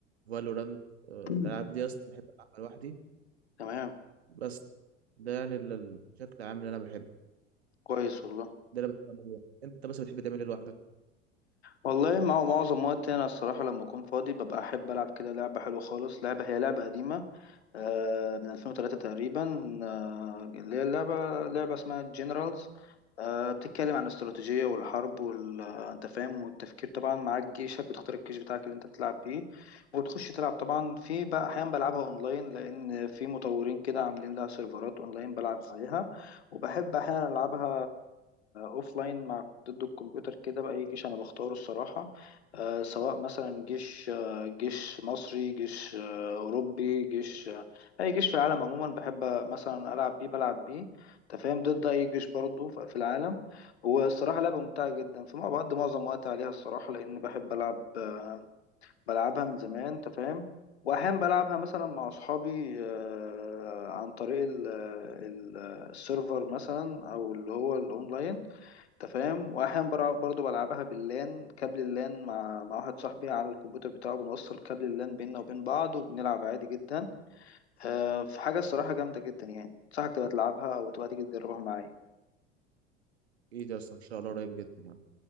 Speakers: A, on the right; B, on the left.
A: فالورانت الألعاب
B: <clears throat>
A: دي أصلا بحب ألعبها لوحدي
B: تمام
A: بس ده يعني ال- الشكل العام اللي أنا بحبه
B: كويس والله
A: ده اللي بحب اعمله لوحدي. انت بس بتحب تعمل ايه لوحدك
B: والله مع معظم وقتي انا الصراحه لما اكون فاضي ببقى احب العب كده لعبه حلوه خالص لعبه هي لعبه قديمه آه، من 2003 تقريبا آه، اللي هي اللعبة لعبة اسمها جنرالز بتتكلم عن الاستراتيجية والحرب وال آه، انت فاهم والتفكير طبعا معاك جيشك بتختار الجيش بتاعك اللي انت بتلعب بيه وتخش تلعب طبعا في بقى احيانا بلعبها اونلاين لان في مطورين كده عاملين لها سيرفرات اونلاين بلعب عليها وبحب احيانا العبها اوفلاين مع ضد الكمبيوتر كده بأي جيش انا بختاره الصراحة آه، سواء مثلا جيش آه، جيش مصري جيش آه، اوروبي جيش اي جيش في العالم عموما بحب مثلا العب بيه بلعب بيه انت فاهم ضد اي جيش برضه ف- في العالم والصراحه لعبه ممتعه جدا فمع بعض معظم وقتي عليها الصراحه لان بحب العب آه، بلعبها من زمان انت فاهم واحيانا بلعبها مثلا مع اصحابي آه، عن طريق ال- ال- السيرفر مثلا او اللي هو الاونلاين انت فاهم واحيانا برع- برضه بلعبها باللان كابل اللان مع مع واحد صاحبي على الكمبيوتر بتاعه بنوصل كابل اللان بيننا وبين بعض وبنلعب عادي جدا آه، في حاجة الصراحة جامدة جدا يعني أنصحك تبقى تلعبها أو تبقى تيجي تجربها معايا
A: ايه ده اصلا ان شاء الله قريب جدا يعني